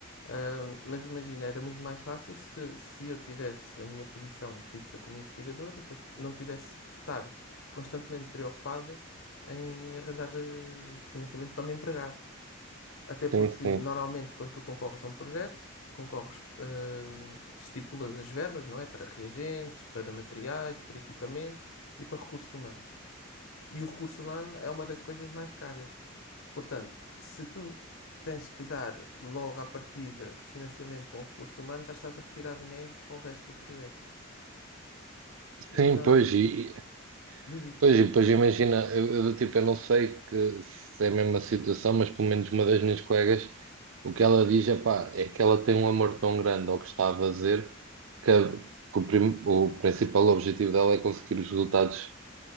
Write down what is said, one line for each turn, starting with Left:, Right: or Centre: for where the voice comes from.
Left: ahm, mas imagina, era muito mais fácil se, se eu tivesse a minha posição fixa como investigador e depois não tivesse que estar constantemente preocupado em arranjar eh, financiamento para me empregar. Até porque,
Right: Sim, sim.
Left: normalmente, quando tu concorres a um projeto, concorres, ahm, estipulas as verbas, não é? Para reagentes, para materiais, para equipamentos e para recursos humanos. E o recurso humano é uma das coisas mais caras. Portanto, se tu tens que dar logo à partida financiamento para um recurso humano, já estás a retirar dinheiro para o resto do projeto. Então,
Right: Sim, pois, e,
Left: diz isso.
Right: Pois, e depois imagina, eu, eu do tipo, eu não sei que, se é a mesma situação, mas pelo menos uma das minhas colegas, o que ela diz é pá, é que ela tem um amor tão grande ao que está a fazer que, a- que o, prim- o principal objetivo dela é conseguir os resultados